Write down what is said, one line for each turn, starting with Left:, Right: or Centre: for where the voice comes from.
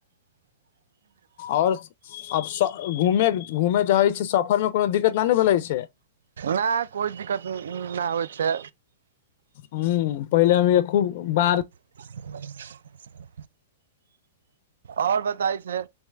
Left: आओर अबस घूमे घूमे जैछै सफर मे कोनो दिक्कत ना नु भेलै छै?
Right: नहि कोइ दिक्कत नहि होइ छै
Left: हूं पहिले अबै खूब बार
Right: <unintelligible> आओर बताय छै